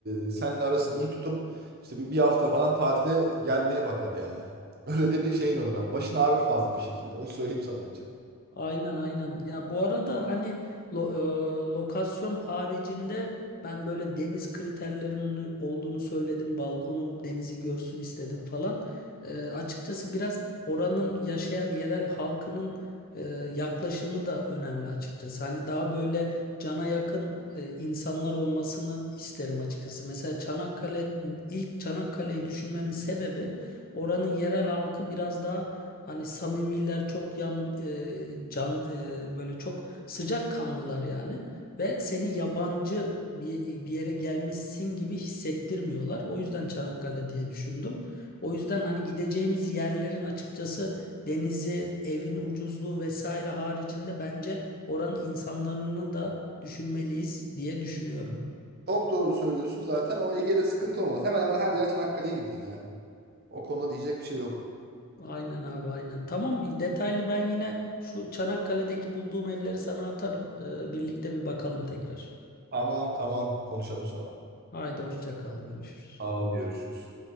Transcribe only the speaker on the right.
e, seninle arasını iyi tutup işte bir, bir hafta falan tatile gelmeye bakar yani. Öyle de bir şeyin olur ama. Başın ağrır fazla bir şekilde. Onu söyleyeyim sana önce.
Çok doğru söylüyorsun zaten. O Ege'de sıkıntı olmaz. Hemen hemen her yer Çanakkale gibidir yani. O konuda diyecek bir şey yok.
Aman tamam konuşalım sonra.
Abi görüşürüz.